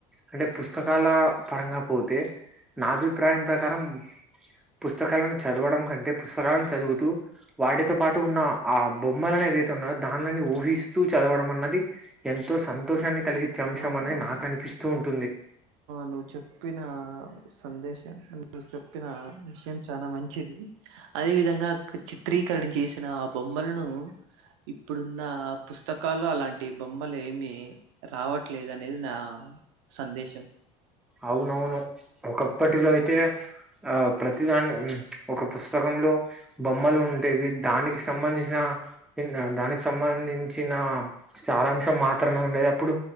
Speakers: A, in the centre; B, on the right (about 85°).
A: అంటే పుస్తకాల పరంగా పోతే నాభిప్రాయం ప్రకారంం పుస్తకాలను చదవడం కంటే పుస్తకాలను చదువుతూ వాటితో పాటు ఉన్న ఆ బొమ్మలనేది ఏతే ఉన్నో దానిలని ఊహిస్తూ చదవడం అన్నది ఎంతో సంతోషాన్ని కలిగిచే అంశం
B: అవునవును.
A: అనే నాకు అనిపిస్తూ ఉంటుంది
B: నువ్వు చెప్పిన ఆ సందేశం చెప్పిన విషయం చాలా మంచిది అదే విధంగా చిత్రీకరణ చేసిన ఆ బొమ్మలను ఇప్పుడున్న పుస్తకాలు అలాంటి బొమ్ బొమ్మలు ఏమి రావట్లేదు అనేది నా సందేశం
A: అవునవును ఒకప్పటిలో అయితే ఆ ప్రతిదాని ఒక పుస్తకం లో బొమ్మలు ఉండేవి దానికి సంబంధించిన దానికి సంబంధించిన సారాంశం మాత్రమే ఉండేది అప్పుడు